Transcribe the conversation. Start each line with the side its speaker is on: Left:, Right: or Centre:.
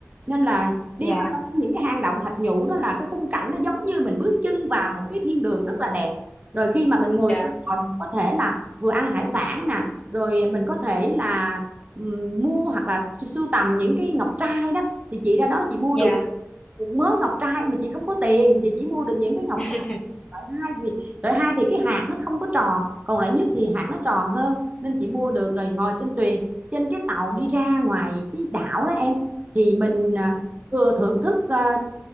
Right: nên là đi
Left: dạ
Right: vào trong những cái hang động thạch nhũ đó là cái khung cảnh nó giống như mình bước chân vào một cái thiên đường rất là đẹp rồi khi mà mình ngồi
Left: dạ,
Right: trên tàu mình có thể là vừa ăn hải sản nè rồi mình có thể là ừm, mua hoặc là sưu tầm những cái ngọc trai đó thì chị ra đó chị mua
Left: dạ.
Right: được một mớ ngọc trai mà chị không có tiền chị chỉ mua được những cái ngọc
Left: <laughs>
Right: loại hai vì loại hai thì cái hạt nó không có tròn còn loại nhất thì hạt nó tròn hơn nên chị mua được rồi ngồi trên thuyền trên cái tàu đi ra ngoài cái đảo đó em thì mình à, vừa thưởng thức à,